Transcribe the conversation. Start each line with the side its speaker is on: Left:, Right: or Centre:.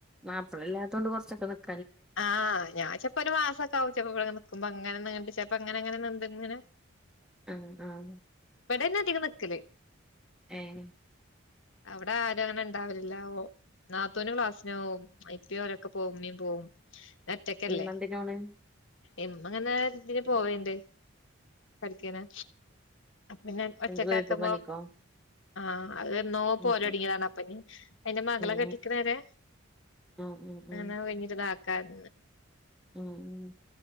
Centre: മാപ്പളല്ലാത്തോണ്ട് കൊർച്ചൊക്കെ നിക്ക്
Left: ആഹ് ഞാൻ ചെൽപ്പോ ഒരു മാസൊക്കെവും ചെൽപ്പോ ഇവടങ്ങനെ നിക്കുമ്പോ അങ്ങനെ നീണ്ട് ചെൽപ്പോ അങ്ങനെ അങ്ങനെ നീണ്ട്ങ്ങനെ.
Centre: ആഹ് ആഹ്
Left: ഇവിടെന്നെ അധികം നിക്കല്
Centre: ഏഹ്.
Left: അവിടെ ആരും അങ്ങനെ ഉണ്ടാവലില്ല ഓ നാത്തൂന് ക്ലാസ്സിന് പോവും ഇപ്പി ഓലൊക്കെ പോവും ഇമ്മീ പോവും. ഒറ്റക്കല്ലേ
Centre: ഇമ്മ എന്തിനോണ്
Left: ഇമ്മങ്ങനെ ഇതിന് പോവണ്ട് പഠിക്കാന് അപ്പം പിന്നെ ഒറ്റക്കാക്കുമ്പോം
Centre: വീട്ട് പണിക്കോ
Left: ആഹ്. അത് എന്നോ പോവാലോടൊങ്ങിയതാണ്
Centre: ഉം
Left: അപ്പഞ്ഞി അയിന്റെ മകളെ
Centre: ഉം
Left: കെട്ടിക്ക്ണരെ.
Centre: ഉം ഉം ഉം
Left: അനാ കഞ്ഞിട്ട ഇതാക്കാന്ന്
Centre: ഉം ഉം